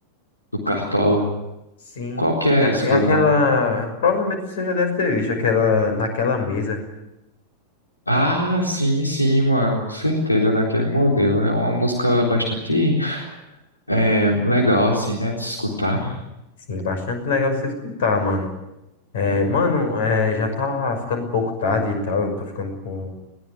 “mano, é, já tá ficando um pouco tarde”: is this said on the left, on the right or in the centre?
Left